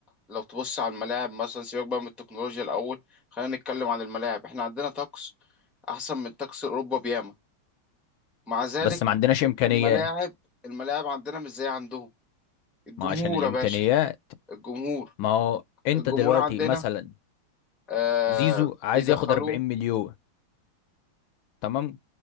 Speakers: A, in the centre; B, on the left (about 75°).
A: لو تبص على الملاعب مثلا سيبك بقى من التكنولوجيا الاول خلينا نتكلم عن الملاعب احنا عندنا طقس احسن من طقس اوروبا بياما مع ذلك
B: بس ما عندناش إمكانيات
A: الملاعب الملاعب عندنا مش زي عندهم الجمهور
B: ما هو عشان الإمكانيات
A: يا باشا الجمهور
B: ما هو أنت
A: الجمهور
B: دلوقتي
A: عندنا
B: مثلا
A: آه
B: زيزو عايز
A: بيدخلوه
B: ياخد 40 مليون تمام